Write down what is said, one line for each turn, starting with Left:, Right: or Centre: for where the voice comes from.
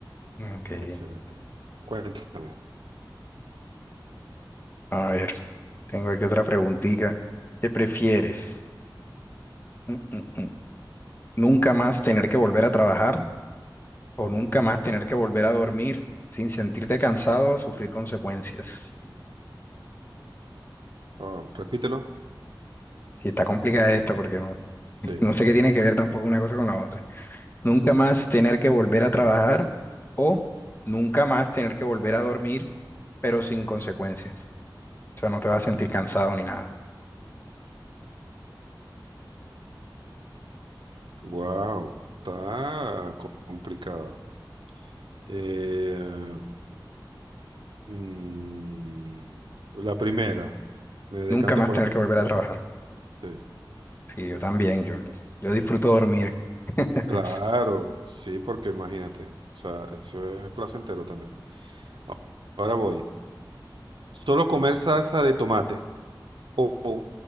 Left: Ok.
Right: Excelente. Cuéntame.
Left: A ver, tengo aquí otra preguntita. ¿Qué prefieres? Mm, mm, mm. ¿Nunca más tener que volver a trabajar o nunca más tener que volver a dormir sin sentirte cansado o sufrir consecuencias?
Right: Oh, repítelo.
Left: Sí, está complicada esta porque no, <laughs>
Right: Sí.
Left: no sé qué tiene que ver tampoco una cosa con la otra. Nunca
Right: Sí.
Left: más tener que volver a trabajar o nunca más tener que volver a dormir, pero sin consecuencias. O sea, no te vas a sentir cansado ni nada.
Right: wow, está co- complicado. Eh, mm, la primera, me decanto
Left: Nunca más
Right: por
Left: tener
Right: la primera.
Left: que volver a trabajar.
Right: Sí,
Left: Sí,
Right: sí.
Left: yo también, yo, yo disfruto dormir. <laughs>
Right: Claro, sí, porque imagínate, o sea, eso es placentero también. A- Ahora voy. Solo comer salsa de tomate o o